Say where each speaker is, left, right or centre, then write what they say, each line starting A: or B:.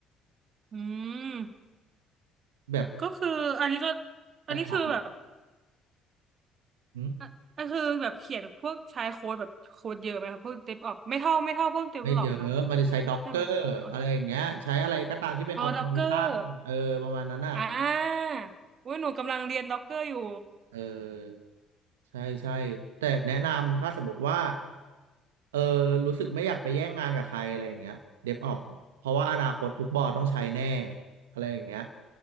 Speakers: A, on the right; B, on the right.
A: อืม
B: แบบ
A: ก็คืออันนี้ก็อันนี้คือแบบ
B: อ่ะถามอืม
A: อ่ะก็คือแบบเขียนพวกใช้โค้ดแบบโค้ดเยอะไหมครับพวกเดฟออปไม่เท่าไม่เท่าพวกเดเวลลอปเนาะ
B: ไม่เยอะ มันจะใช้ด็อกเกอร์อะไรอย่างเงี้ยใช้อะไรก็ตามที่เป็นออโตเมชันเออประมาณนั้นอ่ะ
A: ใช่ไหมอ๋ออ๋อด็อกเกอร์อ่าอุ้ยหนูกำลังเรียนด็อกเกอร์อยู่
B: เออใช่ใช่แต่แนะนำถ้าสมมติว่าเออรู้สึกไม่อยากไปแย่งงานกับใครอะไรอย่างเงี้ยเดฟออกเพราะว่าอนาคตทุกบอร์ดต้องใช้แน่อะไรอย่างเงี้ย